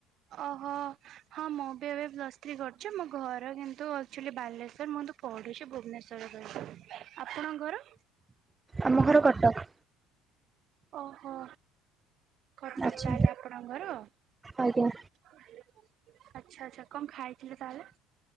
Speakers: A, on the right; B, on the right.
A: ଓ ହୋ ହଁ ମୁଁ ବି ଏବେ ପ୍ଲସ ଥ୍ରି କରିଛି ମୋ ଘର କିନ୍ତୁ ଆକଚୁଆଲି ବାଲେଶ୍ଵର <unintelligible> ପଢ଼ୁଛି ଭୁବନେଶ୍ୱରରେ ରହି, ଆପଣଙ୍କ ଘର?
B: ଆମ ଘର କଟକ।
A: ଓହୋ କଟକ
B: ଆଚ୍ଛା
A: ତାହଲେ ଆପଣ ଘର?
B: ଆଜ୍ଞା।
A: ଆଚ୍ଛା ଆଚ୍ଛା କଣ ଖାଇଥିଲେ ତାହେଲେ?